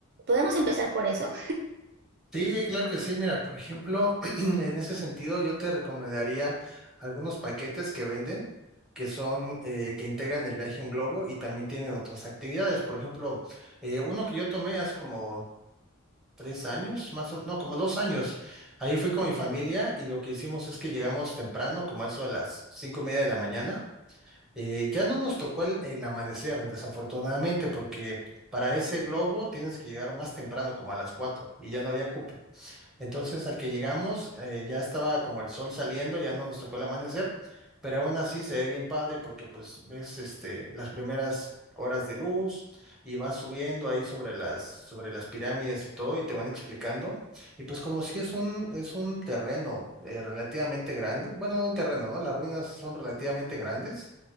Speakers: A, on the right; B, in the centre.
A: ¿Podemos empezar por eso?
B: Sí, claro que sí. Mira, por ejemplo, <clears throat> en ese sentido yo te recomendaría algunos paquetes que venden, que son, eh, que integran el viaje en globo y también tienen otras actividades. Por ejemplo, eh, uno que yo tomé hace como tres años, más o no, como dos años. Ahí fui con mi familia y lo que hicimos es que llegamos temprano, como a eso de las cinco y media de la mañana. Eh, ya no nos tocó el, el amanecer, desafortunadamente, porque para ese globo tienes que llegar más temprano, como a las 4, y ya no había cupo. Entonces, al que llegamos, eh, ya estaba como el sol saliendo, ya no nos tocó el amanecer, pero aún así se ve bien padre porque pues ves este, las primeras horas de luz y vas subiendo ahí sobre las, sobre las pirámides y todo y te van explicando. Y pues como si es un, es un terreno eh, relativamente grande, bueno, no un terreno, ¿no? Las ruinas son relativamente grandes.